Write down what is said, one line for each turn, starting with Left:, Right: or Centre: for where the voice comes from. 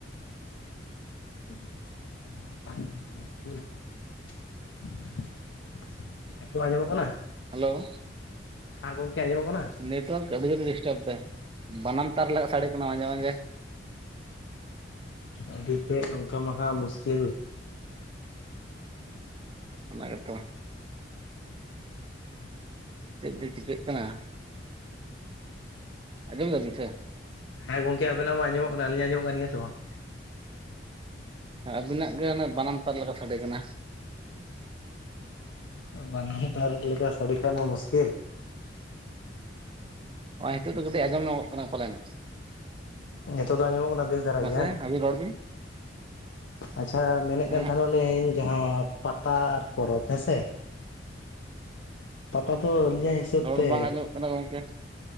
Left: <inaudible> ᱱᱤᱛᱚᱜ ᱟᱸᱡᱚᱢᱚᱜ ᱠᱟᱱᱟ?
Right: ᱦᱮᱞᱳ
Left: ᱦᱮᱸ ᱜᱚᱝᱠᱮ ᱟᱸᱡᱚᱢᱚᱜ ᱠᱟᱱᱟ᱾
Right: ᱱᱮᱴᱣᱟᱨᱠ ᱟᱹᱰᱤ ᱡᱳᱨᱮ ᱰᱤᱥᱴᱟᱵ ᱫᱟᱭ ᱵᱟᱱᱟᱢ ᱛᱟᱨ ᱞᱮᱠᱟ ᱥᱟᱹᱲᱮ ᱠᱟᱱᱟ ᱢᱟᱡᱷᱮ ᱢᱟᱡᱷᱮ᱾
Left: ᱟᱹᱰᱤ ᱛᱮᱫ ᱱᱚᱝᱠᱟ ᱢᱟᱦᱟ ᱢᱩᱥᱠᱤᱞ
Right: ᱚᱱᱟᱜᱮᱛᱚ᱾ ᱪᱮᱫ ᱡᱮ ᱪᱤᱠᱟᱹᱜ ᱠᱟᱱᱟ᱾ ᱟᱸᱡᱚᱢ ᱫᱟᱵᱤᱱ ᱥᱮ
Left: ᱦᱮᱸ ᱜᱚᱝᱠᱮ ᱟᱵᱮᱱᱟᱜ ᱢᱟ ᱟᱸᱡᱚᱢᱚᱜ ᱠᱟᱱᱟ᱾ ᱟᱹᱞᱤᱧᱟᱜ ᱟᱸᱡᱚᱢᱚᱜ ᱠᱟᱱ ᱜᱮᱭᱟ ᱥᱮ ᱵᱟᱝ?
Right: ᱟᱵᱤᱱᱟᱜ ᱜᱮ ᱦᱟᱱᱮ ᱵᱟᱱᱟᱢ ᱛᱟᱨ ᱞᱮᱠᱟ ᱥᱟᱰᱮ ᱠᱟᱱᱟ
Left: ᱟ ᱵᱟᱱᱟᱢ ᱛᱟᱨ ᱞᱮᱠᱟ ᱥᱟᱟᱹᱲᱮ ᱠᱷᱟᱱ ᱢᱟ ᱢᱩᱥᱠᱤᱞ
Right: ᱱᱚᱜᱼᱚᱭ ᱱᱤᱛᱚᱜ ᱫᱚ ᱠᱟᱴᱤᱡ ᱟᱸᱡᱚᱢ ᱧᱟᱢᱚᱜ ᱠᱟᱱᱟ ᱯᱟᱞᱮᱱ᱾
Left: ᱱᱤᱛᱚᱜ ᱫᱚ ᱟᱸᱡᱚᱢᱚᱜ ᱠᱟᱱᱟ ᱵᱮᱥ ᱫᱷᱟᱨᱟ
Right: ᱢᱟᱥᱮ
Left: ᱜᱮ ᱵᱟᱝ
Right: ᱟᱹᱵᱤᱱ ᱨᱚᱲ ᱵᱤᱱ᱾
Left: ᱟᱪᱪᱷᱟ ᱢᱮᱱᱮᱫ
Right: ᱮᱸᱦᱮᱸᱜ
Left: ᱠᱟᱱ ᱛᱟᱦᱚᱸᱞᱤᱧ ᱡᱟᱦᱟᱸ ᱯᱟᱛᱟ ᱟᱨ ᱯᱚᱨᱚᱵᱽ ᱦᱮᱸᱥᱮ ᱯᱟᱛᱟ ᱫᱚ ᱤᱧᱟᱜ ᱦᱤᱥᱟᱹᱵ
Right: ᱨᱚᱲ
Left: ᱛᱮ
Right: ᱵᱟᱝ ᱟᱸᱡᱚᱢᱚᱜ ᱠᱟᱱᱟ ᱜᱚᱝᱠᱮ